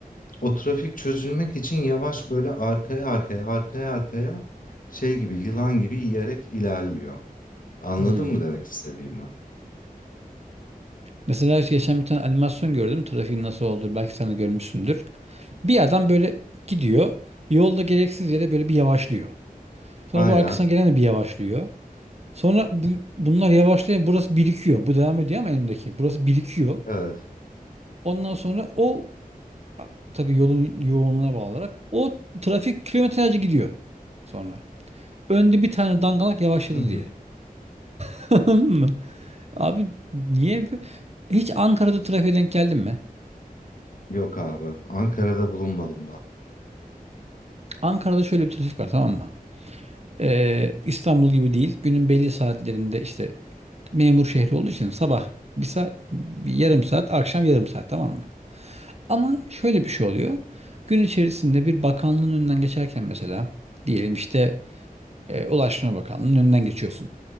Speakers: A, on the left; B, on the right.
A: O trafik çözülmek için yavaş böyle arkaya arkaya arkaya arkaya şey gibi yılan gibi yiyerek ilerliyor. Anladın
B: Hmm.
A: mı demek istediğimi?
B: Mesela işte geçen bir tane animasyon gördüm trafiğin nasıl olduğu belki sen de görmüşsündür. Bir adam böyle gidiyor yolda gereksiz yere böyle bir yavaşlıyor. Sonra
A: Aynen.
B: bu arkasına gelen de bir yavaşlıyor. Sonra bu, bunlar yavaşlıyor burası birikiyor. Bu devam ediyor ama önündeki burası birikiyor.
A: Evet.
B: Ondan sonra o tabii yolun yoğunluğuna bağlı olarak o trafik kilometrelerce gidiyor sonra. Önde bir tane dangalak yavaşladı
A: Hı hı.
B: diye. <laughs> Anladın mı? Abi niye? bu- Hiç Ankara'da trafiğe denk geldin mi?
A: Yok abi. Ankara'da bulunmadım ben.
B: Ankara'da şöyle bir trafik var tamam mı? Ee, İstanbul gibi değil. Günün belli saatlerinde işte memur şehri olduğu için sabah bir saat, bir yarım saat, akşam yarım saat tamam mı? Ama şöyle bir şey oluyor. Gün içerisinde bir bakanlığın önünden geçerken mesela diyelim işte e, Ulaştırma Bakanlığı'nın önünden geçiyorsun.